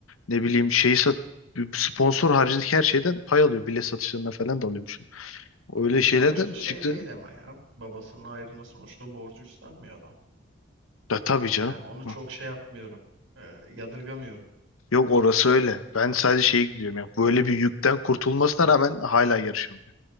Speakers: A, on the left (about 85°); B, on the right (about 75°).
A: Ne bileyim şeyi sat sponsor haricindeki her şeyden pay alıyor. Bilet satışlarına falan da alıyormuş. Öyle
B: E
A: şeylerden
B: sonuçta şey
A: çıktı.
B: değil ama ya. Babasının ayrına sonuçta borcu üstlenmiyor da.
A: Da tabii canım.
B: Yani onu çok
A: Hı.
B: şey yapmıyorum. E, yadırgamıyorum.
A: Yok orası öyle. Ben sadece şeyi gidiyorum ya. Böyle bir yükten kurtulmasına
B: Sistem.
A: rağmen hala yarışamıyor.